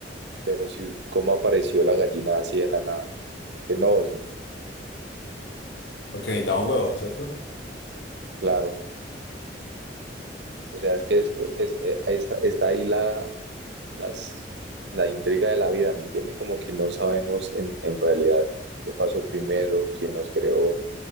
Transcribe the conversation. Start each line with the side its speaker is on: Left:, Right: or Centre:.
Right: Pero si cómo apareció la gallina así de la nada. Es que no, sí,
Left: Porque necesitaba un huevo, ¿cierto?
Right: claro. O sea, es que es, es- eh, es- está ahí la, las, la intriga de la vida, ¿me entiende? Como que no sabemos en, en realidad qué pasó primero, quién nos creó,